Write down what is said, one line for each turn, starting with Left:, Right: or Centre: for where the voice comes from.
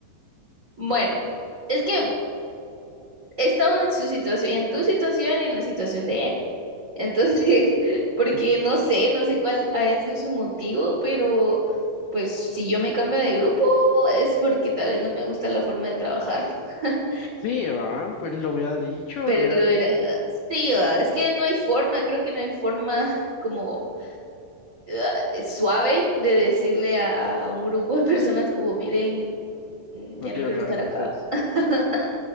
Right: Bueno, es que he estado en su situación, en tu situación y en la situación de él. Entonces, <laughs> porque
Left: <laughs>
Right: no sé, no sé cuál había sido su motivo, pero pues si yo me cambio de grupo es porque tal vez no me gusta la forma de trabajar. <laughs>
Left: Sí, va, pues lo hubiera dicho,
Right: Pero
Left: lo hubiera
Right: lo
Left: dicho.
Right: era, sí, ah, es que no hay forma, creo que no hay forma <laughs> como ah, suave de decirle a, a- a un grupo de personas como, miren, mm,
Left: No
Right: ya
Left: quiero
Right: no quiero
Left: trabajar
Right: estar
Left: con
Right: acá.
Left: ustedes.
Right: <laughs>